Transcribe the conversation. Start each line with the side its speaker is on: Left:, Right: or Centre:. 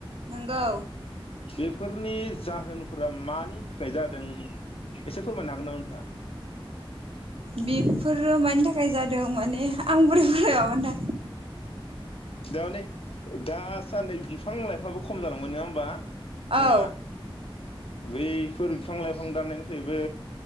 Right: नंगौ।
Left: बेफोरनि जाहोनफोरा मानि थाखाय जादों एसे फोरमायनो हागोन नामा नोंथाङा?
Right: बेफोरो मानि थाखाय जादों माने आं <unintelligible>
Left: दामाने दा सान्दै बिफां- लाइफां आबो खम जालांबाय नङा होमबा? जोंहा
Right: औ
Left: बैफोर बिफां- लाइफां दाननायनिफ्रायबो